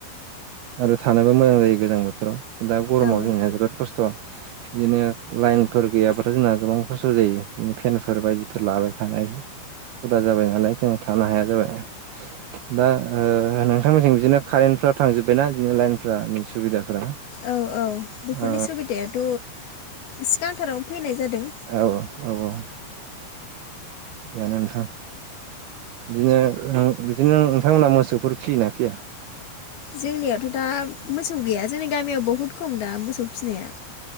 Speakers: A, on the right; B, on the left.
A: आरो थानोबो मोजां जायो गोजां बोथोराव दा गरमाव
B: औ
A: जोंनिया जोबोद खस्थ'। बिदिनो लाइनफोर गैयाब्लााथ' जोंना गोबां खस्थ' जायो बिदिनो फेनफोर बायदिफोर लाबाय थानाय हुदा जाबाय नालाय जों थानो हाया जाबाय। दा ओ नोंथांमोनथिं बिदिनो कारेन्टफ्रा थांजोब्बायना बिदिनो लाइनफ्रा ओ सुबिदाफोरा?
B: औ औ
A: ओ
B: बेफोरनि सुबिदायाथ' सिगांथारावनो फैनाय जादों।
A: औ औ औ औ। बेनो नोंथां। बिदिनो बिदिनो नोंथांमोना मोसौफोर फियोना फिया?
B: जोंनियावथ' दा मोसौ गैया जोंनि गामियाव बहुद खम दा मोसौ फिनाया।